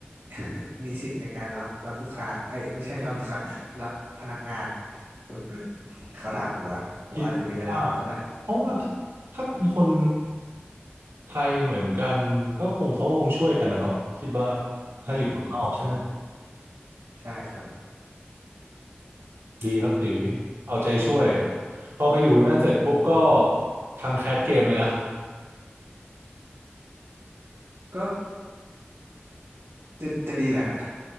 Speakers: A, on the right; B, on the right.
A: <laughs> มีสิทธิ์ในการรับรับลูกค้าเอ้ยไม่ใช่ <laughs> รับลูกค้ารับพนักงาน <laughs> เขาถามผมละผมอาจจะมีอะไรทำแล้วก็ได้
B: คิดว่าเพราะว่าถ้าเป็นคนไทยเหมือนกันก็คงเขาคงช่วยกันนะเนาะคิดว่าถ้าอยู่เมืองนอกใช่ไหม
A: อืมใช่ไหมใช่ครับ
B: ดีครับตี
A: อืม
B: เอาใจช่วยพอไปอยู่นั่นเสร็จปุ๊บก็
A: อืม
B: ทำแคสเกมเลยนะ
A: ก็จะจะดีแหละฮะ